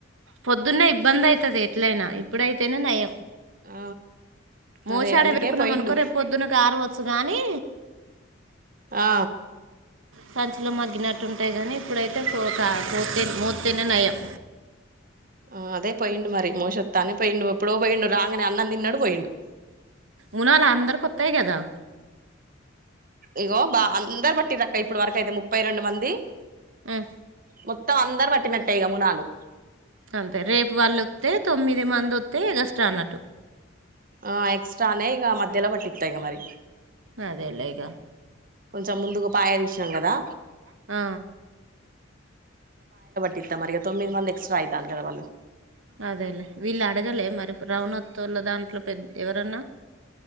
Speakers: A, on the right; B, on the right.
A: పొద్దున్న ఇబ్బంది అయితుది ఎట్లయినా ఇప్పుడైతేనే నయం
B: ఆ
A: మోసాడ
B: అదే అందుకే
A: పెట్కున్నామ
B: పోయిండు
A: అనుకో రే పొద్దున గారవచ్చు గాని
B: ఆ
A: సంచులో మగ్గినట్టుంటాయి కానీ ఇప్పుడైతే పూర్తి మూర్తన నయం
B: <inaudible> ఆ అదే పోయిడు మరి మోసొస్తానే పోయిండు ఎప్పుడో పోయిండు రాగానే అన్నం తిన్నాడు పోయిండు
A: ఉన్నాళలందర్ కొతయ గదా
B: ఇగో బా అందరు బట్టిదక్క ఇప్పుడు వరక అయితే ముప్పై రెండు మంది
A: ఉం,
B: మ తొం అందరు పట్టినట్టేయి గ మునాలు
A: అంతే రేపు వాళ్ళు వస్తే తొమ్మిది మంది వస్తే యాగస్ట్రా అన్నట్టు
B: ఆ ఎక్స్ట్రనే ఈక మధ్యలా బటితా ఇంగా మరి
A: అదేలలేగా
B: కొంచెం ముందుకు పాయ తీసినాం కదా
A: ఆ
B: టిత్త మరిగా తొమ్మిది మంది ఎక్స్ట్రా అయితన్నారుగా కదాళ్ళు
A: అదేలే వీళ్ళు అడగలే మరి రౌణత్ళ దాంట్లో పెద్ద ఎవరన్నా